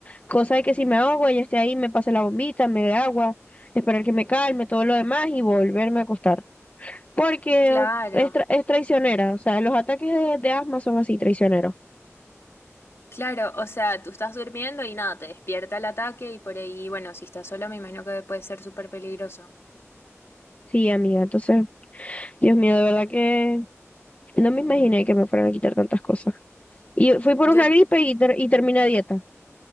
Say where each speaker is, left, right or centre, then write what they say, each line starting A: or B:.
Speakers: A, on the left; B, on the left.
A: cosa de que si me ahogo, ella esté ahí, me pase la bombita, me dé agua, esperar que me calme, todo lo demás y volverme a acostar porque
B: claro,
A: es, tra- es traicionera, o sea, los ataques de, de asma son así, traicioneros.
B: claro. O sea, tú estás durmiendo y nada, te despierta el ataque y por ahí, bueno, si estás sola me imagino que puede ser súper peligroso.
A: Sí, amiga, entonces, Dios mío, de verdad que no me imaginé que me fueran a quitar tantas cosas. Y fui por
B: Yo
A: una gripe y, ter- y terminé a dieta.